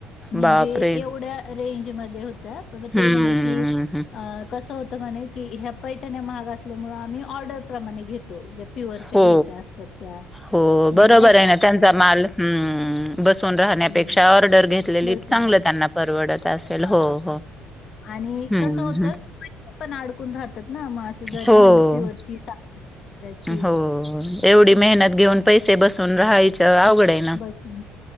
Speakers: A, on the left; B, in the centre.
A: म्हणजे
B: बापरे
A: एवढ्या रेंज मध्ये होतं,
B: हम्म
A: ते म्हनलं की अं कसं होतं म्हणे की, ह्या पैठण्या महाग असल्यामुळे आम्ही ऑर्डर प्रमाणे घेतो, ज्या प्युअरच्या
B: हो
A: घ्यायच्या असतात त्या,
B: हो
A: म्हणजे
B: बरोबर
A: नाई
B: आहे ना त्यांचा माल, हम्म बसून राहण्यापेक्षा,
A: हं,
B: ऑर्डर घेतलेली
A: बसून
B: चांगलं
A: आण.
B: त्यांना. परवडत असेल.
A: हां
B: हो
A: हां.
B: हो.
A: आणि
B: हम्म
A: कसं होतं, पैसे पण अडकून राहतात ना मग असं जरी
B: हो
A: म्हणलं, प्युअरची सात हजाराची
B: हो एवढी मेहनत घेऊन पैसे बसून राहायच्या, अवघड ए.
A: बसून,